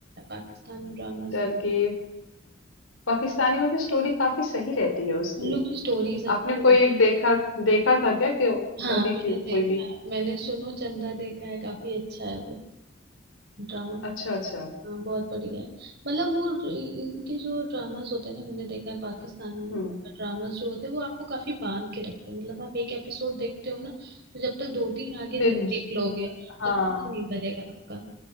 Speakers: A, on the right (about 55°); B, on the left (about 80°).
A: पाकिस्तानी ड्रामास
B: टर्की
A: देखे
B: पाकिस्तानी में भी स्टोरी काफी सही रहती है उसकी
A: उन लोग की स्टोरीज अच्छी
B: आपने कोई
A: होती
B: एक देखा देखा था क्या कि
A: हाँ
B: अभी
A: मैंने
B: की कोई
A: देखा
B: भी
A: है मैंने सुनो चंदा देखा है काफी अच्छा है वो ड्रामा
B: अच्छा अच्छा
A: हाँ बहुत बढ़िया है मतलब वो इनके जो ड्रामास होते हैं ना मैंने देखा है पाकिस्तानी
B: हम्म
A: ड्रामास जो होते हैं वो आपको काफी बांध के रखते हैं मतलब आप एक एपिसोड देखते हो ना तो जब तक दो तीन आगे
B: फिर
A: नहीं
B: ज-
A: देख लोगे
B: हाँ
A: तब तक मन नहीं भरेगा आपका